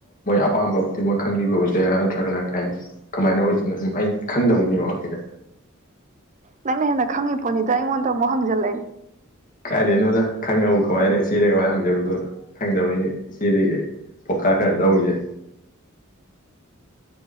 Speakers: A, on the left; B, on the right.
A: ꯑꯄꯥꯝꯕ ꯈꯨꯗꯤꯡꯃꯛ ꯈꯪꯕꯤꯕ ꯑꯣꯏꯗꯣꯏꯔꯥ ꯅꯠꯇ꯭ꯔꯒꯅ ꯀꯩꯍꯥꯢꯅꯤ ꯀꯃꯥꯏꯅ ꯑꯣꯏꯗꯣꯏꯅꯣ ꯁꯨꯝ ꯑꯩ ꯈꯪꯗꯕꯩꯅꯤꯀꯣ ꯅꯪꯉꯤꯁꯦ
B: ꯅꯪꯅ ꯍꯦꯟꯅ ꯈꯪꯉꯤ ꯄꯣꯠꯅꯤꯗ ꯑꯩꯉꯣꯟꯗ ꯑꯃꯨꯛ ꯍꯪꯖꯜꯂꯛꯑꯦ
A: ꯀꯥꯏꯗꯩꯅꯣꯗ ꯈꯪꯉꯕꯕꯨ ꯀꯃꯥꯏꯅ ꯏꯆꯦꯗ ꯀꯃꯥꯏꯅ ꯍꯪꯖꯗꯣꯢꯅꯣ ꯈꯪꯗꯕꯩꯅꯤ ꯏꯆꯦꯗꯒꯤ ꯑꯩ ꯄꯧꯇꯥꯛ ꯈꯔ ꯂꯧꯔꯤꯁꯦ